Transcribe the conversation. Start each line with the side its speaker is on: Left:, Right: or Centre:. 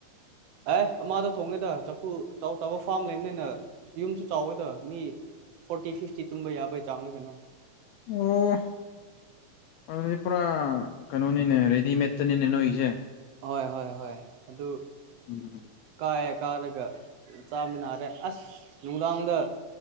Right: ꯑꯦ ꯑꯃꯥꯗ ꯊꯣꯡꯉꯦꯗ ꯆꯐꯨ ꯑꯆ ꯑ ꯆꯥꯎꯕ ꯐꯥꯔꯝ ꯂꯩꯕꯅꯤꯅ ꯌꯨꯝꯁꯨ ꯆꯥꯎꯋꯦꯗ ꯃꯤ ꯐꯣꯔꯇꯤ ꯐꯤꯐꯇꯤ ꯇꯨꯝꯕ ꯌꯥꯕꯩ ꯆꯥꯡꯅ ꯀꯩꯅꯣ
Left: ꯑꯣ ꯑꯗꯨꯗꯤ ꯏ ꯄꯨ꯭ꯔ ꯀꯩꯅꯣꯅꯤꯅꯦ ꯔꯦꯗꯤꯃꯦꯗꯇꯅꯤꯅꯦꯅꯣꯏꯁꯦ
Right: ꯍꯣꯏ ꯍꯣꯏ ꯍꯣꯏ ꯑꯗꯨ
Left: ꯎꯝ
Right: ꯀꯥꯏꯑꯦ ꯀꯥꯔꯒ ꯆꯥꯃꯤꯟꯅꯔꯦ ꯑꯁ ꯅꯨꯡꯗꯥꯡꯗ